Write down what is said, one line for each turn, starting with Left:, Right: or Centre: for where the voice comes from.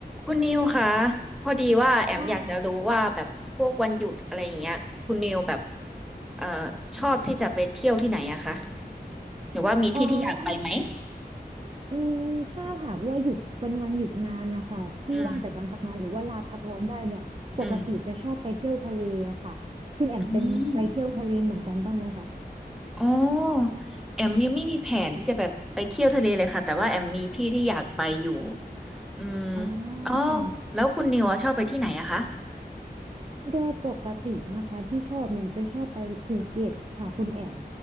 Centre: คุณนิวคะพอดีว่าแอมอยากจะรู้ว่าแบบพวกวันหยุดอะไรอย่างเงี้ยคุณนิวแบบ
Right: ค่ะ
Centre: เอ่อชอบที่จะไปเที่ยวที่ไหนอะคะหรือว่ามีที่ที่อยากไปไหม
Right: เออถ้าอืมถ้าหากว่าหยุดเป็นวันหยุดงานนะคะที่ว่างจากการทำงานหรือว่าลาพักร้อนได้เนี่ยปกติจะชอบไปเที่ยวทะเลอะค่ะคุณแอมเป็นไปเที่ยวทะเลเหมือนกันบ้างไหมคะ
Centre: อืมอืมอืมอ๋อแอมยังไม่มีแผนที่จะแบบไปเที่ยวทะเลเลยค่ะแต่ว่าแอมมีที่ที่อยากไปอยู่อืม
Right: อ่
Centre: อ๋อ
Right: า
Centre: แล้วคุณนิวอะชอบไปที่ไหนอะคะ
Right: โดยปกตินะคะที่ชอบเนี่ยจะชอบไปภูเก็ตค่ะคุณแอม